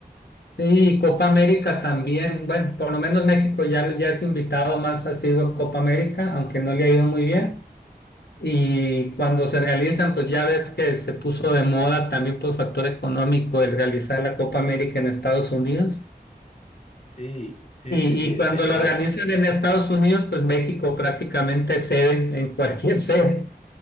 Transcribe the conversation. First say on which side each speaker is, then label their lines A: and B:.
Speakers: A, on the left; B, on the left.
A: Y Copa América también, bueno, por lo menos México ya, ya es invitado más asiduo a Copa América, aunque no le ha ido muy bien. Y cuando se realizan, pues ya ves que se puso de moda también por factor económico el realizar la Copa América en Estados Unidos.
B: Sí, sí,
A: Y,
B: sí, sí,
A: y
B: el
A: cuando
B: tema,
A: lo organizan en Estados Unidos, pues México prácticamente cede en cualquier <laughs> sede.